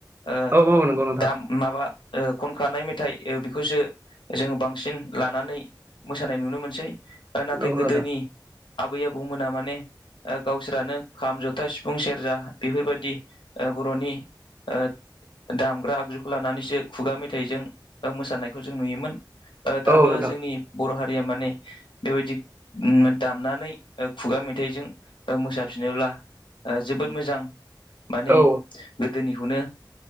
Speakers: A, on the left (about 90°); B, on the right (about 30°).
A: ओ
B: औ नंगौ नोंथां
A: दाम माबा ओ खनखानाय मेथाइ बेखौसो जोङो बांसिन लानानै मोसानाय नुनो मोनसै। ओ नाथाय
B: नंगौ
A: गोदोनि
B: नोंथां
A: आबै आबौमोना माने ओ गावसोरानो खाम जथा सिफुं सेरजा बेफोरबायाददि ओ बर'नि ओ दामग्रा आगजुखौ लानानैसो खुगा मेथाइजों मोसानायखौ जों नुयोमोन। ओ दाबो
B: औ नोंथां
A: जोंनि बर' हारिया माने बेबायदि दामनानै खुगा मेथाइजों मोसाफिनोब्ला जोबोद मोजां। माने
B: औ
A: दोनिखौनो